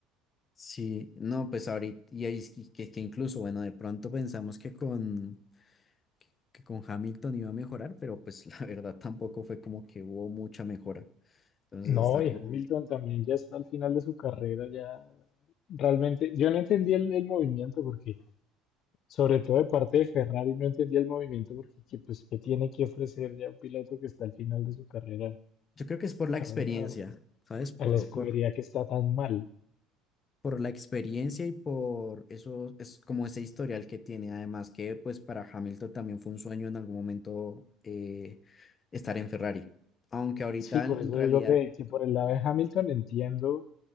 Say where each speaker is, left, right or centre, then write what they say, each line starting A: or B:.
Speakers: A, on the left; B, on the left.
A: Sí, no, pues ahorita, y ahí es que, que- que incluso, bueno, de pronto pensamos que con, que con Hamilton iba a mejorar, pero pues <laughs> la verdad tampoco fue como que hubo mucha mejora. Entonces
B: No,
A: está
B: y
A: como,
B: Hamilton también ya está al final de su carrera, ya realmente, yo no entendí el, el movimiento porque Sobre todo de parte de Ferrari, no entendía el movimiento porque que, pues, ¿qué tiene que ofrecer ya un piloto que está al final de su carrera
A: yo creo que es por la
B: a,
A: experiencia,
B: un- a-
A: ¿sabes? Por,
B: a la escudería
A: por-
B: que está tan mal?
A: por la experiencia y por eso es como ese historial que tiene. Además que pues para Hamilton también fue un sueño en algún momento eh, estar en Ferrari. Aunque ahorita
B: Sí, por
A: en en
B: eso
A: realidad,
B: digo que, que por el lado de Hamilton entiendo